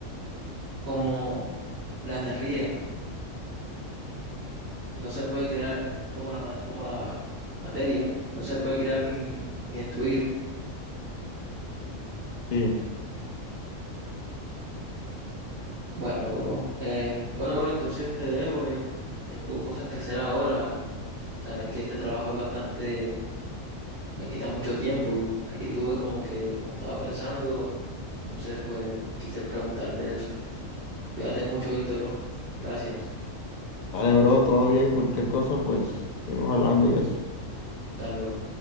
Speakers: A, on the right; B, on the left.
A: como la energía no se puede crear como la, ma- como la materia, no se puede crear ni, ni, ni destruir.
B: sí,
A: Bueno, bro. Eh, bueno, bro, entonces te dejo. eh, tengo cosas que hacer ahora. Sabes que este trabajo es bastante, me quita mucho tiempo y aquí tuve como que, como estaba pensando, entonces pues quise preguntarte eso. Cuídate mucho, ¿viste, bro? Gracias.
B: vale, bro, todo bien, cualquier cosa, pues, seguimos hablando y eso.
A: Dale, bro.